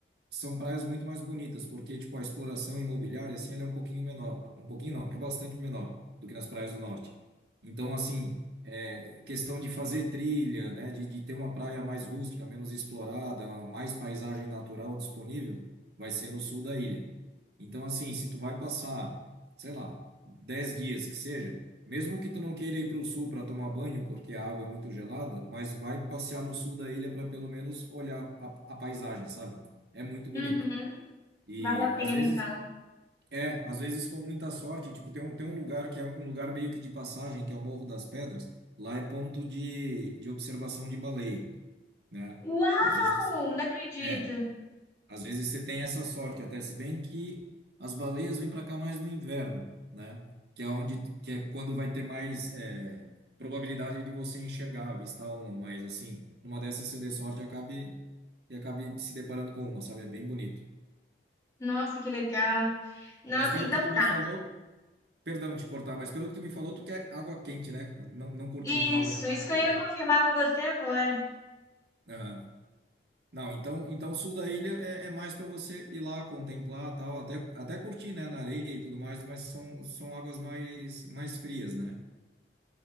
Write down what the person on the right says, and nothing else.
são praias muito mais bonitas, porque tipo a exploração imobiliária assim, ela é um pouquinho menor, um pouquinho não, é bastante menor do que nas praias do norte. Então, assim, é questão de fazer trilha, né, de, de ter uma praia mais rústica, menos explorada, mais paisagem natural disponível, vai ser no sul da ilha. Então, assim, se tu vai passar, sei lá, 10 dias que seja, mesmo que tu não queira ir para o sul para tomar banho, porque a água é muito gelada, mas vai passear no sul da ilha para pelo menos olhar a, a paisagem, sabe? É muito bonito.
E
às vezes,
é, às vezes com muita sorte, tipo, tem um, tem um lugar que é um lugar meio que de passagem, que é o Morro das Pedras, lá é ponto de, de observação de baleia, né?
Às vezes,
é, às vezes você tem essa sorte, até se bem que as baleias vêm para cá mais no inverno, né? Que é onde, que é quando vai ter mais é, probabilidade de você enxergar, avistar uma, mas assim, numa dessas você dê sorte e acabe, e acabe se deparando com uma, sabe? É bem bonito.
Mas pelo
que tu
me falou, Perdão te cortar, mas pelo que tu me falou, tu quer água quente, né? Não, não curte
muito água gelada
e
tal.
Aham. Não, então, então o sul da ilha é, é mais para você ir lá contemplar, tal, até até curtir, né, na areia e tudo mais, mas são, são águas mais mais frias, né?